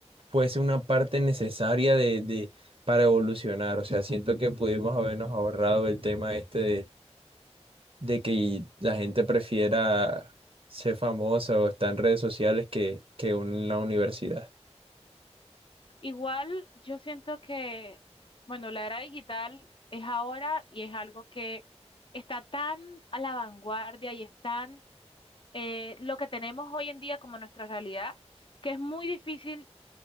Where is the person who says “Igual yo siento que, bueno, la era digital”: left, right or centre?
Left